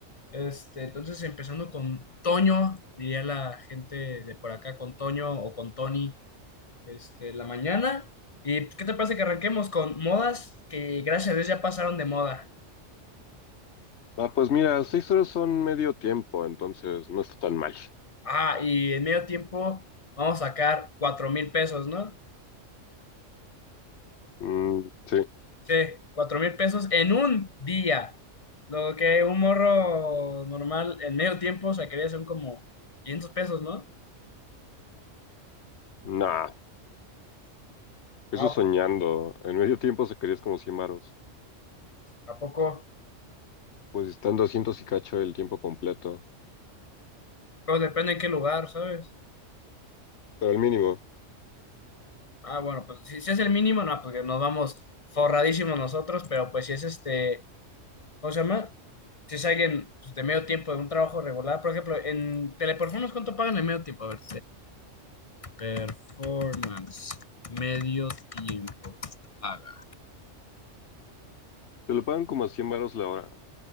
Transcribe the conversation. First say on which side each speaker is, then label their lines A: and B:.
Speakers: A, on the left; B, on the left.
A: Este, entonces, empezando con Toño, diría la gente de por acá, con Toño o con Tony, este, la mañana. ¿Y pues, qué te parece que arranquemos con modas que gracias a Dios ya pasaron de moda?
B: Ah, pues mira, seis horas son medio tiempo, entonces no está tan mal.
A: Ah, y en medio tiempo vamos a sacar cuatro mil pesos, ¿no?
B: Mm, sí,
A: Sí, cuatro mil pesos en un día. Lo que un morro normal en medio tiempo sacaría son como 500 pesos, ¿no?
B: nah,
A: No,
B: eso soñando.
A: pues,
B: En medio tiempo se querías como 100 varos.
A: ¿a poco?
B: Pues están doscientos y cacho el tiempo completo.
A: Pero depende en qué lugar, ¿sabes?
B: Pero el mínimo,
A: Ah, bueno, pues si, si es el mínimo, no, porque nos vamos forradísimos nosotros, pero pues si es este, ¿cómo se llama? Si es alguien pues, de medio tiempo, de un trabajo regular, por ejemplo, en Teleperformance, ¿cuánto pagan en medio tiempo? A ver, Teleperformance, medio tiempo paga.
B: te lo pagan como a 100 varos la hora.